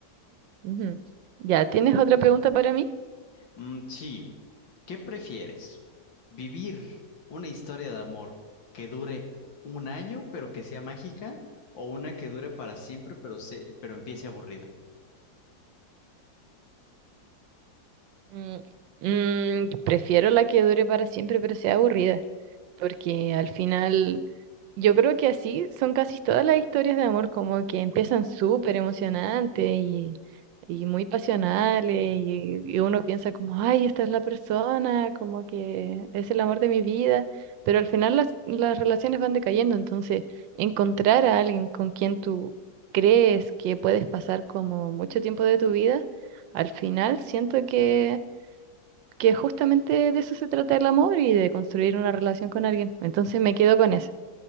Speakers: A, on the right (about 80°); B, on the left (about 80°).
A: Ujú. Ya, ¿tienes otra pregunta para mí?
B: Mm, sí, ¿qué prefieres? ¿Vivir una historia de amor que dure un año pero que sea mágica o una que dure para siempre pero, se- pero empiece aburrida?
A: Mm, mm, prefiero la que dure para siempre, pero sea aburrida, porque al final Yo creo que así son casi todas las historias de amor, como que empiezan súper emocionantes y, y muy pasionales, y, y uno piensa como, ay, esta es la persona, como que es el amor de mi vida, pero al final las, las relaciones van decayendo, entonces encontrar a alguien con quien tú crees que puedes pasar como mucho tiempo de tu vida, al final siento que, que justamente de eso se trata el amor y de construir una relación con alguien, entonces me quedo con eso.